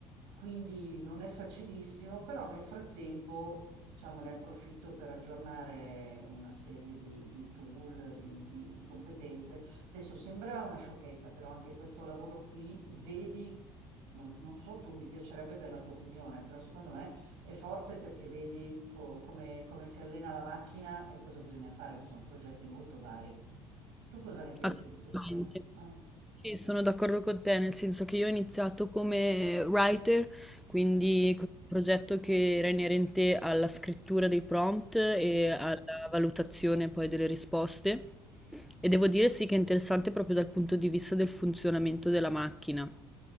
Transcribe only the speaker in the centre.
Assolutamente.
Sì, sono d'accordo con te, nel senso che io ho iniziato come writer, quindi
con un progetto che era inerente alla scrittura dei prompt e
alla valutazione poi delle risposte. E devo dire sì che è interessante proprio dal punto di vista del funzionamento della macchina.